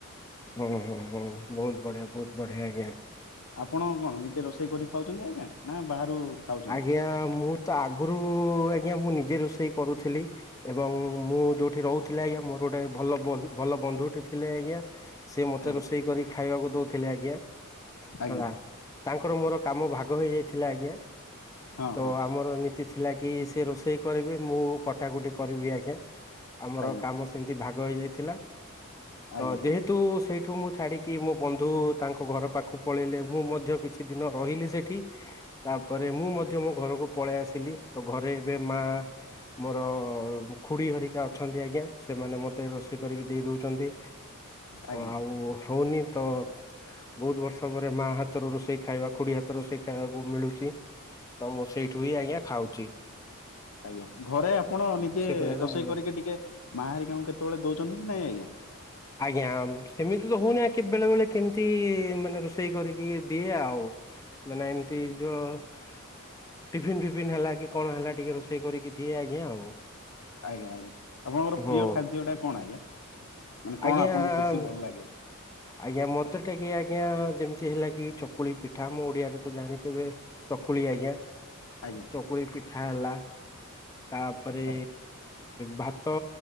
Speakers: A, on the left; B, on the left.
A: ଓ ହୋ। ବହୁତ ବଢିଆ ବହୁତ ବଢ଼ିଆ ଆଜ୍ଞା।
B: ଆପଣ କଣ ନିଜେ ରୋଷେଇ କରି ଖାଉଛନ୍ତି ଆଜ୍ଞା ନା ବାହାରୁ। ଖାଉଛନ୍ତି?
A: ଆଜ୍ଞା ମୁଁ ତ ଆଗରୁ ଆଜ୍ଞା ମୁଁ ନିଜେ ରୋଷେଇ କରୁଥିଲି ଏବଂ ମୁଁ। ମୁଁ ଯେଉଁଠି ରହୁଥିଲ ଆଜ୍ଞା ମୋର ଗୋଟେ ଭଲ। ଭଲ ବନ୍ଧୁଟି ଥିଲେ ଆଜ୍ଞା ସିଏ ମୋତେ
B: ଆଜ୍ଞା
A: ରୋଷେଇ କରି ଖାଇବାକୁ ଦଉ ଥିଲେ ଆଜ୍ଞା
B: ଆଜ୍ଞା
A: ହେଲା ତାଙ୍କର ମୋର କାମ ଭାଗ ହେଇଯାଇଥିଲା ଆଜ୍ଞା।
B: ହଁ
A: ତ
B: ହଁ
A: ଆମର ନୀତି ଥିଲା କି ସେ ରୋଷେଇ କରିବେ ମୁଁ କଟାକଟି କରିବି ଆଜ୍ଞା। ଆମର
B: ଆଜ୍ଞା
A: କାମ ସେମିତି ଭାଗ ହେଇଯାଇଥିଲା। ତ
B: ଆଜ୍ଞା ଆଜ୍ଞା
A: ଯେହେତୁ ସେଇଠୁ ମୁଁ ଛାଡ଼ିକି ମୋ ବନ୍ଧୁ ତାଙ୍କ ଘର ପାଖକୁ ପଳେଇଲେ। ମୁଁ ମଧ୍ୟ କିଛି ଦିନ ରହିଲି ସେଠି। ତାପରେ ମୁଁ ମଧ୍ୟ ମୋ ଘରକୁ ପଳେଇ ଆସିଲି। ତ ଘରେ ଏବେ ମା ମୋର ମୋ ଖୁଡି ହରିକା ଅଛନ୍ତି। ଆଜ୍ଞା ସେମାନେ ମୋତେ ରୋଷେଇ କରିକି ଦେଇ ଦଉଛନ୍ତି।
B: ଆଜ୍ଞା
A: ଆଉ ହଉନି ତ ବହୁତ ବର୍ଷ ପରେ ମା ହାତ ର ରୋଷେଇ ଖାଇବା ଖୁଡି ହାତର ରୋଷେଇ ଖାଇବାକୁ ମିଳୁଚି। ତ ମୁଁ ସେଇଠୁ ହିଁ ଆଜ୍ଞା ଖାଉଚି।
B: ଆଜ୍ଞା, ଘରେ ଆପଣ ନିଜେ
A: କରିବାକୁ
B: ରୋଷେଇ
A: ମିଳୁନି।
B: କରିକି ଟିକେ ମା ହେରିକାଙ୍କୁ କେତେବେଳେ ଦଉଚନ୍ତି କି ନାଇଁ ଆଜ୍ଞା?
A: ଆଜ୍ଞା, ଆମ ସେମିତି ତ ହଉନି ଆ, କେ-ବେଳେ ବେଳେ କେମିତି ମାନେ ରୋଷେଇ କରିକି ଦିଏ ଆଉ। ମାନେ ଏମିତି ଯୋ ଟିଫିନ ଫିଫିନ ହେଲା କି କଣ ହେଲା ଟିକେ ରୋଷେଇ କରିକି ଦିଏ ଆଜ୍ଞା ଆଉ।
B: ଆଜ୍ଞା, ଆଜ୍ଞା ଆପଣଙ୍କର
A: ହୁଁ
B: ପ୍ରିୟ ଖାଦ୍ୟ ଟା କଣ ଆଜ୍ଞା? ମାନେ କଣ
A: ଆଜ୍ଞା
B: ଆପଣଙ୍କୁ ବେଶୀ ଭଲ ଲାଗେ?
A: ଆଜ୍ଞା ମୋତେ ଟିକେ ଆଜ୍ଞା ଯେମିତି ହେଲା କି ଚକୁଳି ପିଠା ଆମ ଓଡିଆରେ ଆଣିଥିବେ ଚକୁଳି ଆଜ୍ଞା।
B: ଆଜ୍ଞା
A: ଚକୁଳି ପିଠା ହେଲା। ତାପରେ
B: ଆଜ୍ଞା
A: ଭା ତ